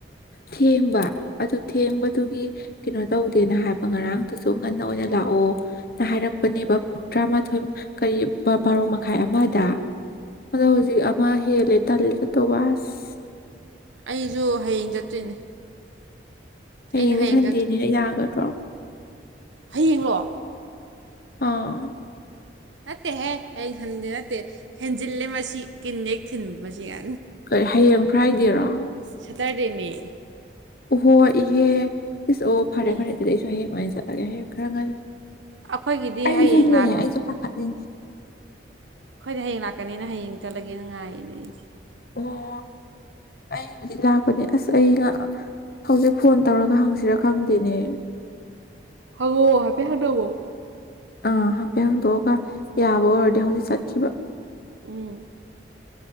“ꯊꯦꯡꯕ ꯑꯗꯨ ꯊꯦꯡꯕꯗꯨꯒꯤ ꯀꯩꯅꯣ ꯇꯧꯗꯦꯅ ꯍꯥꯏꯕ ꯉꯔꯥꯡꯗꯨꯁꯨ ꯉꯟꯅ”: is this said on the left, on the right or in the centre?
Left